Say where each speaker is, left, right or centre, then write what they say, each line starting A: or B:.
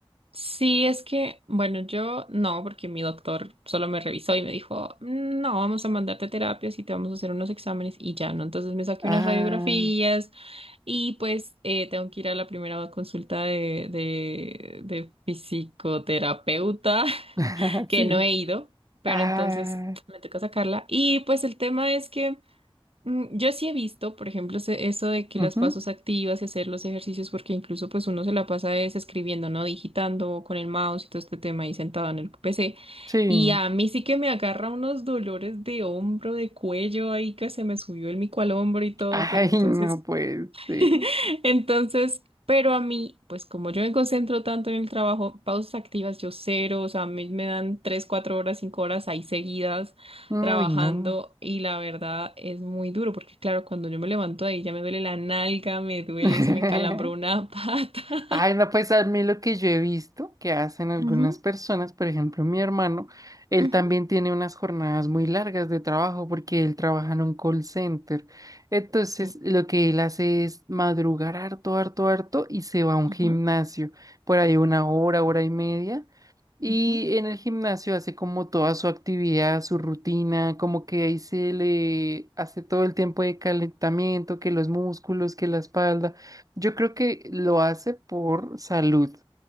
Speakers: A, on the right; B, on the right.
A: Sí, es que, bueno, yo no, porque mi doctor solo me revisó y me dijo, "Mm, no, vamos a mandarte a terapias y te vamos a hacer unos exámenes y ya, ¿no? Entonces me saqué
B: Ah,
A: unas radiografías. Y pues eh, tengo que ir a la primera consulta de, de, de psicoterapeuta,
B: <laughs>
A: <laughs> que
B: sí.
A: no he ido, pero
B: Ah,
A: entonces me toca sacarla. Y pues el tema es que mm, yo sí he visto, por ejemplo, se- eso de que
B: ujú,
A: las pasos activas y hacer los ejercicios, porque incluso pues uno se la pasa es escribiendo, ¿no? Digitando con el mouse y todo este tema ahí sentado en el PC.
B: sí.
A: Y a mí sí que me agarra unos dolores de hombro, de cuello ahí que se me subió el mico al hombro y todo,
B: Ay,
A: pero entonces...
B: no puede ser.
A: <laughs> Entonces, pero a mí, pues como yo me concentro tanto en el trabajo, pausas activas yo cero, o sea, a mí me dan tres, cuatro horas, cinco horas ahí seguidas
B: No,
A: trabajando
B: y no.
A: y la verdad es muy duro porque claro, cuando yo me levanto de ahí ya me duele la nalga, me duele,
B: <laughs>
A: se me encalambró una <laughs> pata.
B: Ay, no, pues a mí lo que yo he visto que hacen algunas
A: Ujú,
B: personas, por ejemplo, mi hermano, él
A: ujú.
B: también tiene unas jornadas muy largas de trabajo porque él trabaja en un call center. Entonces,
A: Sí,
B: lo que él hace es madrugar harto, harto, harto y se va a un
A: ajá,
B: gimnasio por ahí una hora, hora y media y
A: ujú.
B: en el gimnasio hace como toda su actividad, su rutina, como que ahí se le hace todo el tiempo de calentamiento, que los músculos, que la espalda. Yo creo que lo hace por salud.